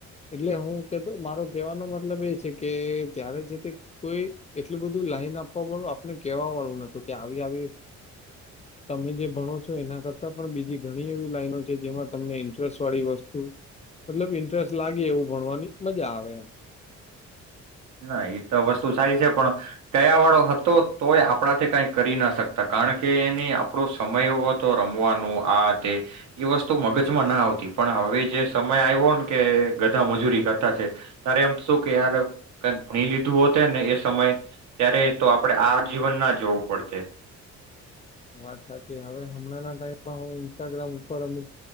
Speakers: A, on the left; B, on the right.
A: એટલે હું કેતો મારો કેવાનો મતલબ એ છે કે ત્યારે છે તે કોઈ એટલું બધું લાઈન આપવા વાળું આપને કેવા વાળું નતું કે આવી આવી, તમે જે ભણો છો એના કરતાં પણ બીજી ઘણી એવી લાઈનો છે જેમાં તમને ઇન્ટરેસ્ટ વાળી વસ્તુ મતલબ ઇન્ટરેસ્ટ લાગે એવું ભણવાની મજા આવે એમ.
B: ના એ તો વસ્તુ સારી છે પણ, કયા વાળો હતો તોય આપણા તે કઈ કરી ના શકતા કારણ કે એની આપણો સમય એવો હતો રમવાનું આ તે, એ વસ્તુ મગજમાં ના આવતી પણ હવે જે સમય આવ્યો ને કે ગધા મજૂરી કરતા છે, તારે એમ શું કે યાર કક ભણી લીધું હોતે ને એ સમય, ત્યારે તો આપણેે આ જીવન ના જોવું પડશે.
A: વાત સાચી હવે હમણાં ના ટાઈમમાં હ ઇન્સ્ટાગ્રામ ઉપર અમુક